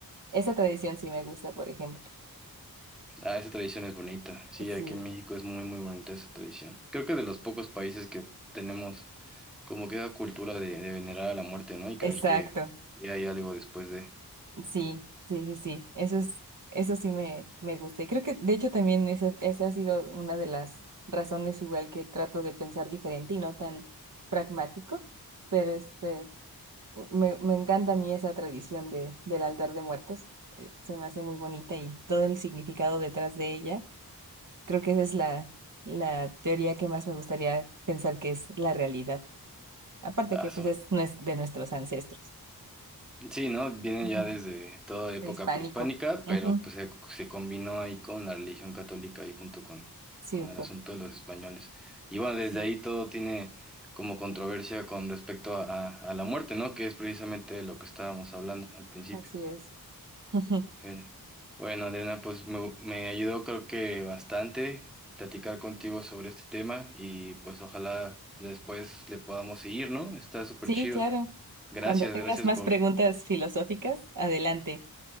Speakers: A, on the right (about 55°); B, in the centre.
A: esa tradición sí me gusta, por ejemplo.
B: Ah, esa tradición es bonita. Sí,
A: Sí,
B: aquí en México es muy, muy bonita esa tradición. Creo que de los pocos países que tenemos como que esa cultura de, de venerar a la muerte, ¿no? Y
A: exacto.
B: creer que, que hay algo después de...
A: Sí, sí, sí, sí. Eso es, eso sí me, me gusta. Y creo que, de hecho, también esa, esa ha sido una de las razones igual que trato de pensar diferente y no tan pragmático. Pero este, me, me encanta a mí esa tradición de, del altar de muertos. Eh, Se me hace muy bonita y todo el significado detrás de ella. Creo que esa es la, la teoría que más me gustaría pensar que es la realidad. Aparte
B: Ah,
A: que pues es nues- de nuestros ancestros.
B: Sí, ¿no? Viene
A: Ujú.
B: ya desde toda época
A: Prehispánico.
B: prehispánica,
A: Ujú.
B: pero pues se, se combinó ahí con la religión católica y junto con,
A: Sí,
B: con
A: un
B: el
A: poco.
B: asunto de los españoles. Y bueno, desde
A: Sí,
B: ahí todo tiene como controversia con respecto a, a, a la muerte, ¿no? Que es precisamente lo que estábamos hablando al principio.
A: así es. <laughs>
B: Pero, bueno, Adriana, pues me, me ayudó creo que bastante platicar contigo sobre este tema y pues ojalá después le podamos seguir, ¿no? Está súper
A: Sí,
B: chido.
A: claro.
B: Gracias,
A: Cuando tengas
B: gracias
A: más
B: por
A: preguntas filosóficas, adelante.